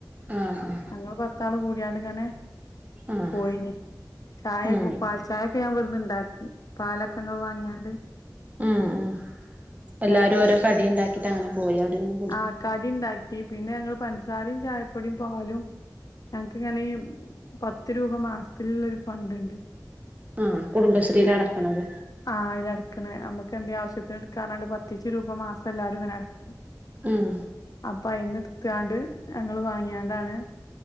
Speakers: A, on the right; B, on the left.
A: ആഹ്
B: ഞങ്ങള് പത്താള് കൂടിയാണ്ട് ഇങ്ങനെ
A: ആഹ്
B: പോയിന് ചായയൊക്കെ
A: ഉം
B: പാൽ ചായൊക്കെ ഞാൻ ഇവടന്ന് ഇണ്ടാക്കി. പാലൊക്കെങ്ങള് വാങ്ങിയാണ്ട്
A: ഉം ഉം
B: ഇണ്ടാക്കി
A: എല്ലാരും ഓരോ കടി ഇണ്ടാക്കിട്ട് അങ്ങനെ പോയി അവിടിരുന്ന്
B: ആഹ് കടി ഇണ്ടാക്കി പിന്നെ ഞങ്ങള് പൻസാരി ചായപ്പൊടി പാലും ഞങ്ങക്ക് ഇങ്ങനെ ഈ പത്ത് രൂപ മാസത്തിലുള്ളൊരു ഫണ്ട് ഇണ്ട്
A: ആഹ് കുടുംബശ്രീല് അടക്കണത്
B: ആഹ് അയിലടക്കണേ നമ്മക്ക് എന്തെ ആവശ്യത്തിന് എടുക്കാനാണ്ട് പത്തീച്ച് രൂപ മാസം എല്ലാരും ഇങ്ങനെ അടക്ക
A: ഉം
B: അപ്പൊ അയിന്ന്ട്ത്താണ്ട് ഞങ്ങള് വാങ്ങിയാണ്ടാണ്